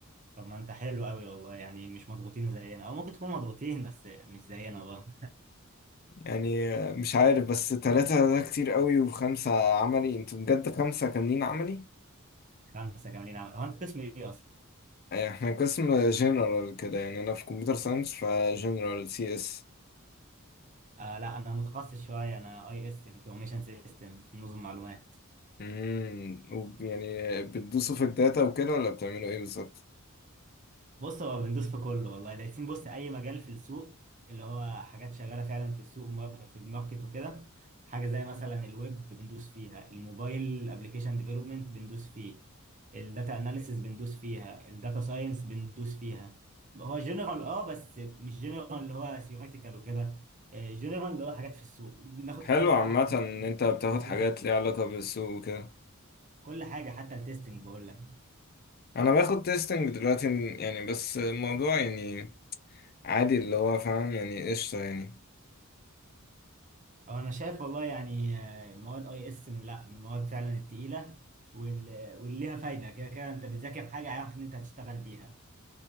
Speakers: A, on the right; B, on the left.
A: طب ما انت حلو قوي والله يعني مش مضغوطين زينا او ممكن تكون مضغوطين بس مش زينا بقى
B: يعني آه، مش عارف بس تلاتة ده كتير قوي وخمسة عملي انتوا بجد خمسة كاملين عملي
A: <laughs> خمسة كاملين عمل هو انت قسم ايه اصلا؟
B: آه، احنا قسم جنرال كده يعني انا في كمبيوتر ساينس فجنرال سي اس
A: آه لا انا متخصص شويه انا اي اس انفورميشن سيستمز نظم معلومات
B: امم وب- يعني بتدوسوا في الداتا وكده ولا بتعملوا ايه بالظبط
A: بص هو بندوس في كله والله دايسين بص اي مجال في السوق اللي هو حاجات شغاله فعلا في السوق ومار- في الماركت وكده حاجه زي مثلا الويب بندوس فيها الموبايل ابلكيشن ديفلوبمنت بندوس فيه الداتا اناليسيس بندوس فيها الداتا ساينس بندوس فيها هو جنرال اه بس مش جنرال اللي هو ثيوريتيكال وكده جنرال اللي هو حاجات في السوق بناخد
B: حلو
A: حاجات
B: عامة
A: ليها علاقه كمان
B: ان انت بتاخد
A: بالتستنج
B: حاجات ليها علاقة بالسوق وكده
A: كل حاجه حتى التستنج بقول لك
B: انا باخد تيستنج دلوقتي يعني بس الموضوع يعني عادي اللي هو فاهم يعني قشطة يعني
A: أو انا شايف والله يعني آه، مواد اي اس من لا من المواد فعلا التقيله وال- واللي ليها فايده كده كده انت بتذاكر حاجه عارف ان انت هتشتغل بيها